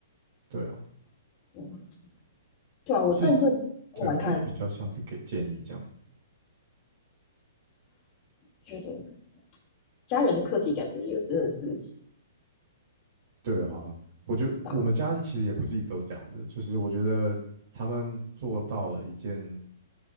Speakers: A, on the right; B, on the left.
A: 对啊，
B: 嗯对啊，我但是我来看，
A: 所以对，就比较像是给建议这样子，
B: 觉得家人的课题感觉也真的是
A: 对啊，我觉得我们家其实也不是一直都这样子，
B: 大。
A: 就是我觉得他们做到了一件